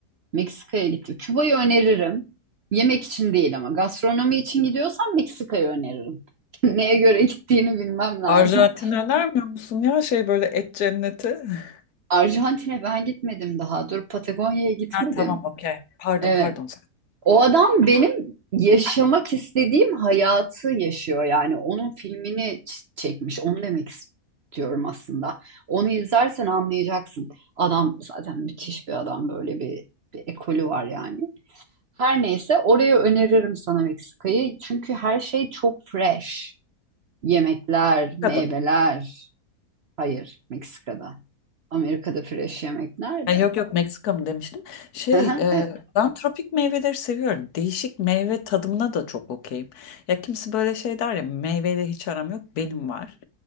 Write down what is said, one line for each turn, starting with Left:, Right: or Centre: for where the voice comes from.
Right: Meksika'ya gittim. Küba'yı öneririm. Yemek için değil ama gastronomi için gidiyorsan Meksika'yı öneririm. <laughs> Neye göre gittiğini bilmem lazım.
Left: Arjantin önermiyor musun ya şey böyle et cenneti? <laughs>
Right: Arjantin'e ben gitmedim daha. Dur Patagonya'ya gitmedim.
Left: Ha, tamam okey. Pardon
Right: Ee,
Left: pardon.
Right: O adam benim yaşamak istediğim hayatı yaşıyor yani. Onun filmini ç- çekmiş. Onu demek istiyorum aslında. Onu izlersen anlayacaksın. Adam zaten müthiş bir adam. Böyle bir, bir ekolü var yani. Her neyse orayı öneririm sana Meksika'yı. Çünkü her şey çok fresh. Yemekler,
Left: Meksika'da
Right: meyveler.
Left: mı?
Right: Hayır, Meksika'da. Amerika'da fresh yemek nerede?
Left: Ha, yok yok Meksika mı demiştim. Şey
Right: <laughs>
Left: e, ben tropik meyveleri seviyorum. Değişik meyve tadımına da çok okeyim. Ya kimse böyle şey der ya meyveyle hiç aram yok benim var.